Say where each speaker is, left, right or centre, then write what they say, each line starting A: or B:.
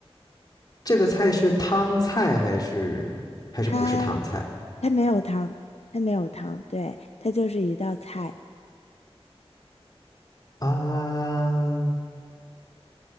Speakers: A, on the left (about 40°); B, on the left (about 80°).
A: 这个菜是汤菜还是还是不是汤菜
B: 它它没有汤，它没有汤，对，它就是一道菜。
A: 啊？